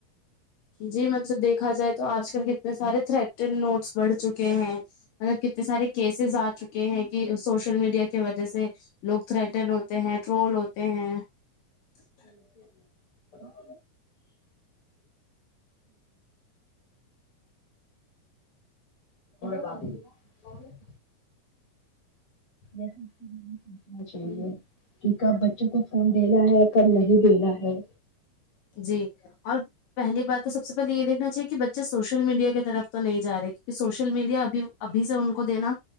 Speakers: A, on the left (about 70°); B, on the left (about 35°).
A: جی مب <unintelligible> ب دیکھا جائے تو آج کل کتنے سارے تھریٹڈ نوٹس بڑھ چکے ہیںط ک <unintelligible> سارے کیسز آ چکے ہیں کہ سوشل میڈیا <unintelligible> ج <unintelligible> جیسے لوگ تھریٹن ہوتے ہیں ٹرول ہوتے ہیں <unintelligible>
B: یکے ب <unintelligible> ا سوچنا چاہیے کہ کب بچوں کو فون دینا ہے کب نہیں للا ہے
A: جی اور پہلی بات تو سب سے پہلے یہ دیکھنا چاہیے کہ بچے سوشل میڈیا کی طرف تو نہیں جا رہے کیونکہ سوشل میڈیا ابھی ابھی سے ان کو دینا